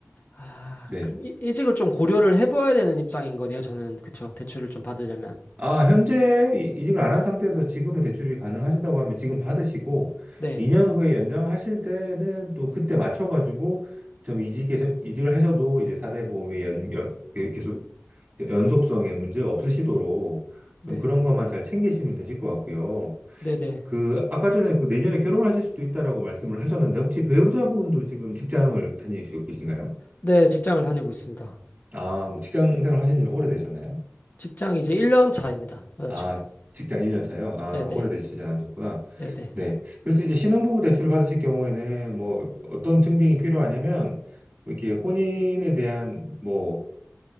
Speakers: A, on the left (about 45°); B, on the right (about 35°).
A: 아,
B: 네.
A: 그럼 이, 이직을 좀 고려를 해봐야 되는 입장인 거네요. 저는 그쵸. 대출을 좀 받으려면.
B: 아, 현재 이- 이직을 안 한 상태에서 지금은 대출이 가능하시다고 하면 지금 받으시고
A: 네.
B: 2년 후에 연장하실 때는 또 그때 맞춰가지고 좀 이직서 이직을 하셔도 이제 4대 보험의 연, 연- 그- 계속 연속성에 문제가 없으시도록 좀
A: 네,
B: 그런 것만 잘 챙기시면 되실 것 같고요.
A: 네네.
B: 그 아까 전에 그 내년에 결혼하실 수도 있다라고 말씀을 하셨는데 혹시 배우자분도 지금 직장을 다니시고 계신가요?
A: 네, 직장을 다니고 있습니다.
B: 아, 뭐 직장 생활 하신 지는 오래되셨나요?
A: 직장 이제 1년 차입니다. 여자친구.
B: 아, 직장 1년 차요? 아,
A: 네네,
B: 오래되시지 않으셨구나.
A: 네네,
B: 네. 그래서 이제 신혼부부 대출을 받으실 경우에는 뭐 어떤 증빙이 필요하냐면 뭐 이게 혼인에 대한 뭐